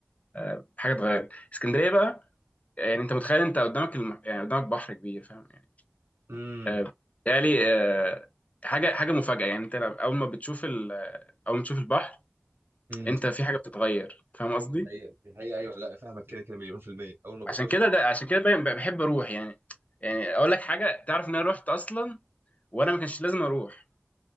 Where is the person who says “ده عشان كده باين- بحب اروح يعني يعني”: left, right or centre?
Left